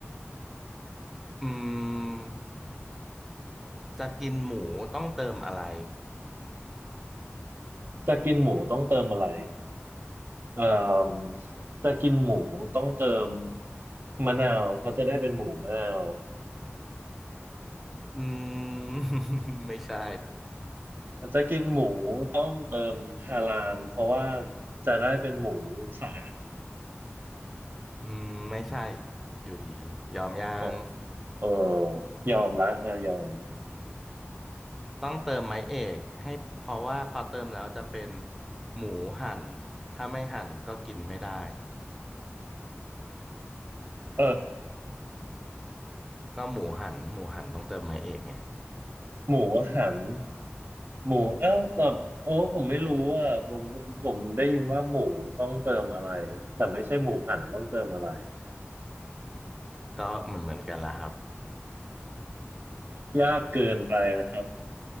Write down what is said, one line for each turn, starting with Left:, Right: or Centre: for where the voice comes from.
Centre: อืมจะกินหมูต้องเติมอะไร
Right: จะกินหมูต้องเติมอะไร เอ่อจะกินหมูต้องเติมมะนาวเพราะจะได้เป็นหมูมะนาว
Centre: อืม <laughs> ไม่ใช่
Right: จะกินหมูต้องเติมฮาลาลเพราะว่าจะได้เป็นหมูสะอาด
Centre: อืมไม่ใช่อยู่ดียอมยัง
Right: อ๋อโอ้ยอมละอ่ะยอม
Centre: ต้องเติมไม้เอกให้เพราะว่าพอเติมแล้วจะเป็นหมูหั่นถ้าไม่หั่นก็กินไม่ได้
Right: เออ
Centre: ก็หมูหั่นหมูหั่นต้องเติมไม้เอกไง
Right: หมูหันหมูเอ้าแต่โอ้ผมไม่รู้อ่ะผมผมได้ยินว่าหมูต้องเติมอะไรแต่ไม่ใช่หมูหันต้องเติมอะไร
Centre: ก็เหมือนเหมือนกันละครับ
Right: <laughs> ยากเกินไปนะครับ